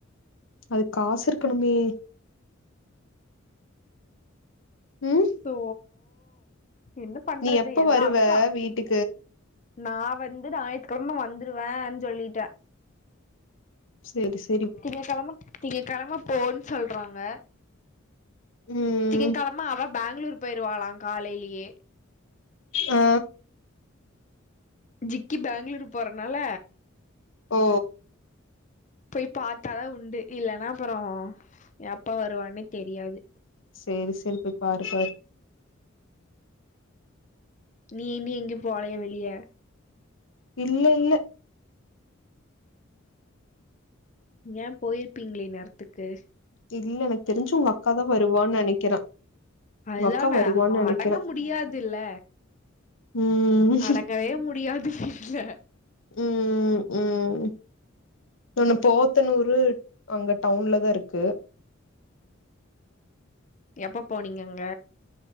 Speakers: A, on the left; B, on the left.
A: அதுக் காஸ் இருக்கணுமே ம்
B: சோ என்ன பண்றது
A: நீ எப்ப
B: எல்லா
A: வருவ
B: அக்கா
A: வீட்டுக்கு
B: நா வந்து ஞாயித்துக்கெழம வந்துருவேன் சொல்லிட்டே
A: சேரி சே
B: திங்க கழம திங்க கழம போன் சொல்றாங்க
A: ம்
B: திங்க கழம அவ பேங்ளூர் போய்ருவாளாம் காலைலியே
A: ஆ
B: ஜிக்கி பேங்ளூர் போறனால
A: ஓ
B: போய் பாத்தாதா உண்டு இல்லன்னா அப்றோ எப்ப வருவான்னே தெரியாது
A: சேரி சேரி போய் பாரு பாரு
B: நீ நீ எங்யு போலயோ வெளிய
A: இல்ல இல்ல
B: எங்கியே போயிருப்பீங்ளே இந்நேர்த்துக்கு
A: இல்ல எனக்கு தெரிஞ்சு உங்க அக்காதா வருவான் நெனைக்கிறே
B: அதுதானே
A: உங்க அக்கா வருவான்னு
B: அவ
A: நெனைக்கிறே
B: அடங்க முடியாதில்ல
A: ம்
B: அடங்கவே முடியாது வீட்ல
A: ம் ம் ஒன்னு போத்தனூரு அங்க டவுன்ல தா இருக்கு
B: எப்ப போனீங்கங்க